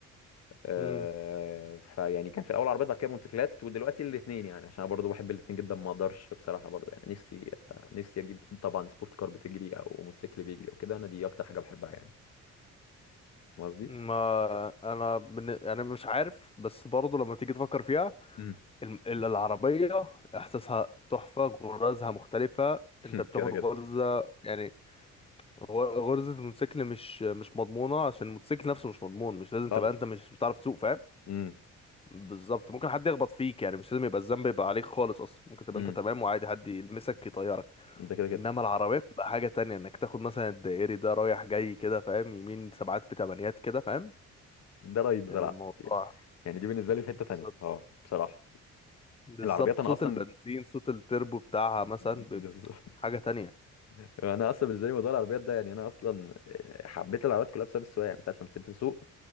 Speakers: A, on the left; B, on the left.
A: آه،
B: امم
A: فيعني كان في الاول عربيات بعد كده موتوسيكلات ودلوقتي الاثنين يعني عشان انا برضو بحب الاثنين جدا ما اقدرش بصراحه برضو يعني نفسي آه، نفسي اجيب طبعا سبورت كار بتجري او موتوسيكل بيجري او كده انا دي اكتر حاجه بحبها يعني فاهم قصدي
B: ما انا بن... يعني مش عارف بس برضه لما تيجي تفكر فيها
A: امم
B: الم- ال- العربية احساسها تحفة غرزها مختلفة
A: <laughs>
B: انت بتاخد
A: كده كده
B: غرزة يعني غ- غرزة الموتوسيكل مش مش مضمونة عشان الموتوسيكل نفسه مش مضمون مش لازم
A: خالص
B: تبقى انت مش بتعرف تسوق فاهم
A: امم
B: بالظبط ممكن حد يخبط فيك يعني مش لازم يبقى الذنب يبقى عليك خالص اصلا ممكن تبقى
A: امم
B: انت تمام وعادي حد يلمسك يطيرك
A: ده كده كده
B: انما العربية بتبقى حاجة تانية انك تاخد مثلا الدائري ده رايح جاي كده فاهم يمين سبعات في تمانيات كده فاهم
A: ده رايي بصراحه
B: الموضوع
A: يعني يعني دي بالنسبه لي في حته
B: بالظبط
A: تانيه اه بصراحه
B: بالظبط
A: العربيات انا
B: صوت
A: اصلا
B: البنزين صوت التربو بتاعها مثلا
A: بالظبط
B: بيبقى حاجة تانية
A: <laughs> انا اصلا بالنسبه لي موضوع العربيات ده يعني انا اصلا حبيت العربيات كلها بسبب السواقه يعني، من ساعه لما ابتديت اسوق